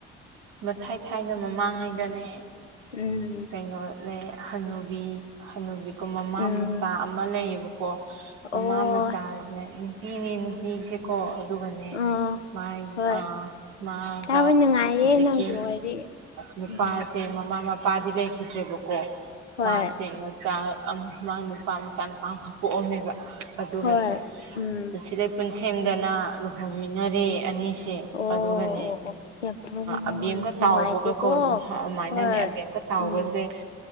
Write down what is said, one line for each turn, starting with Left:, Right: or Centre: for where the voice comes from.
Right: ꯃꯊꯥꯏ ꯊꯥꯏꯅ ꯃꯃꯥꯡꯉꯩꯗꯅꯦ
Left: ꯎꯝ
Right: ꯀꯩꯅꯣ ꯂꯩ ꯍꯅꯨꯕꯤ ꯍꯅꯨꯕꯤ ꯃꯃꯥ
Left: ꯎꯝ
Right: ꯃꯆꯥ ꯑꯃ ꯂꯩꯌꯦꯕꯀꯣ
Left: ꯑꯣ
Right: ꯃꯃꯥ ꯃꯆꯥꯁꯦ ꯅꯨꯄꯤꯅꯦ ꯅꯨꯄꯤꯁꯦꯀꯣ ꯑꯗꯨꯒꯅꯦ
Left: ꯑ
Right: ꯃꯥꯏ
Left: ꯍꯣꯏ
Right: ꯃꯥꯒ
Left: ꯇꯥꯕ ꯅꯨꯡꯉꯥꯏꯌꯦ
Right: ꯍꯧꯖꯤꯛꯀꯤ
Left: ꯅꯪꯒꯤ ꯋꯥꯔꯤ
Right: ꯅꯨꯄꯥꯁꯦ
Left: ꯎꯝ
Right: ꯃꯃꯥ ꯃꯄꯥ ꯅꯨꯄꯥꯗꯤ ꯂꯩꯈꯤꯗ꯭ꯔꯦꯕꯀꯣ
Left: ꯍꯣꯏ
Right: ꯃꯥꯁꯦꯅ ꯃꯥ ꯅꯨꯄꯥ ꯃꯆꯥ ꯅꯨꯨꯄꯥ ꯑꯃ ꯄꯣꯛꯑꯝꯅꯦꯕ ꯑꯗꯨꯒꯁꯦ
Left: ꯍꯣꯏ ꯎꯝ
Right: ꯄꯨꯟꯁꯤꯗꯩ ꯄꯨꯟꯁꯤ ꯂꯩꯄꯨꯟꯁꯦꯝꯗꯅ ꯂꯨꯍꯣꯡꯃꯤꯟꯅꯔꯦ ꯑꯅꯤꯁꯤ
Left: ꯑꯣ
Right: ꯑꯗꯨꯒꯅꯦ
Left: ꯑꯣ ꯑꯣ ꯌꯥꯝ
Right: ꯑꯕꯦꯡꯀ
Left: ꯅꯨꯡꯉꯥꯏꯇꯦꯀꯣ
Right: ꯇꯥꯎꯕꯒ ꯀꯧꯏ ꯑꯗꯨꯃꯥꯏꯅꯅꯦ
Left: ꯍꯣꯏ
Right: ꯑꯕꯦꯡꯀ ꯇꯥꯎꯕꯁꯦ
Left: ꯎꯝ